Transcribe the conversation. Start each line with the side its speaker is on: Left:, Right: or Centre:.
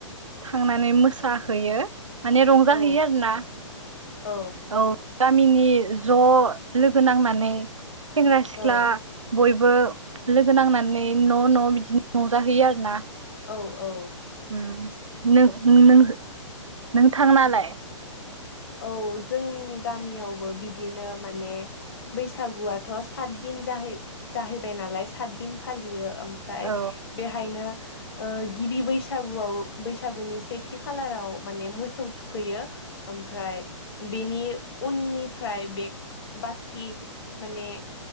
Right: थांनानै मोसाहैयो। माने रंजाहैयो
Left: औ
Right: आरो ना
Left: औ
Right: औ। गामिनि ज' लोगो नांनानै सेंग्रा सिख्ला
Left: औ
Right: बयबो। लोगो नांनानै न' न' बिदिनो रंजाहैयो आरो ना।
Left: औ औ।
Right: ओम नों नों नोंथांनालाय।
Left: औ जोंनि गामियावबो बिदिनो माने बैसागुआथ' सातदिन। जाहै-जाहैबाय नालाय सातदिन फालियो ओमफ्राय
Right: औ
Left: बेहायनो। ओ गिबि बैसागुआव बैसागुनि सेथि खालाराव माने मोसौ थुखैयो। ओमफ्राय बेनि। उननिफ्राय बेग बाखि माने।